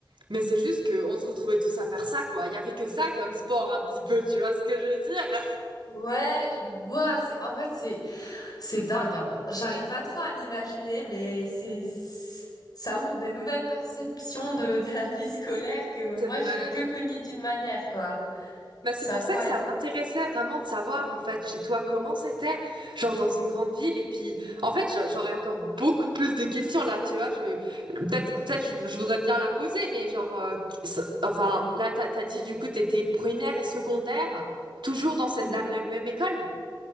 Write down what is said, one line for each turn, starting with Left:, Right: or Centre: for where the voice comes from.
Right: mais c'est juste que on se retrouvait tous à faire ça quoi. Il y avait que ça comme sport un petit peu, tu vois ce que je veux dire?
Left: Ouais, je vois. C'est en fait c'est C'est dingue, hein. J'arrive pas trop à m'imaginer, mais c'est ça ouvre des nouvelles perceptions de, de la vie scolaire que
Right: <laughs> C'est
Left: moi
Right: vrai.
Left: j'ai que connues d'une manière, quoi.
Right: Bah, c'est
Left: C'est
Right: pour
Left: incroyable.
Right: ça que ça m'intéressait vraiment de savoir en fait chez toi comment c'était, genre dans une grande ville. Et puis en fait j'a- j'aurais encore beaucoup plus de questions là, tu vois. Je peut-être peut-être je, je voudrais bien la poser, mais genre euh, qui- ça- enfin là t'as, t'as dit du coup t'étais première et secondaire toujours dans cette
Left: Mhm.
Right: la, la même école?